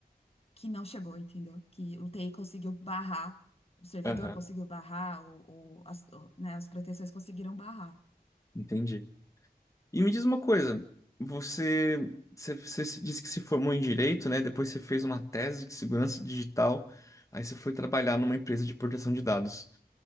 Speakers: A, on the left (about 35°); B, on the left (about 20°).
A: que não chegou, entendeu? Que o TI conseguiu barrar, o servidor
B: Aham.
A: conseguiu barrar, o, o- as, o- né, as proteções conseguiram barrar.
B: Entendi. E me diz uma coisa, você, você, você se- disse que se formou em direito, né? Depois você fez uma tese de segurança digital, aí você foi trabalhar numa empresa de proteção de dados.